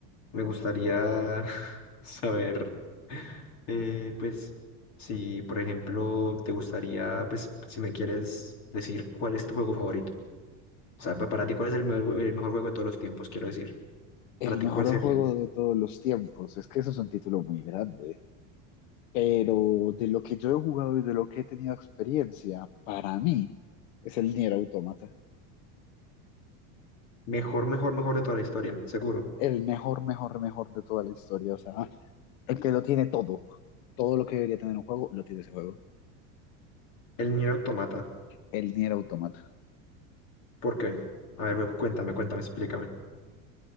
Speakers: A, on the left; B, on the left.
A: me gustaría <laughs> saber, eh, pues, si, por ejemplo, te gustaría, pues, si me quieres decir cuál es tu juego favorito. O sea, pa- para ti, ¿cuál es el mejor, el mejor juego de todos los tiempos? Quiero decir,
B: El
A: para ti,
B: mejor
A: ¿cuál sería?
B: juego de todos los tiempos, es que eso es un título muy grande, pero de lo que yo he jugado y de lo que he tenido experiencia, para mí es el Nier Automata.
A: Mejor, mejor, mejor de toda la historia, seguro.
B: El mejor, mejor, mejor de toda la historia, o sea. el que lo tiene todo, todo lo que debería tener un juego, lo tiene ese juego.
A: El Nier Automata.
B: El Nier Automata.
A: ¿Por qué? A ver, ve- cuéntame, cuéntame, explícame.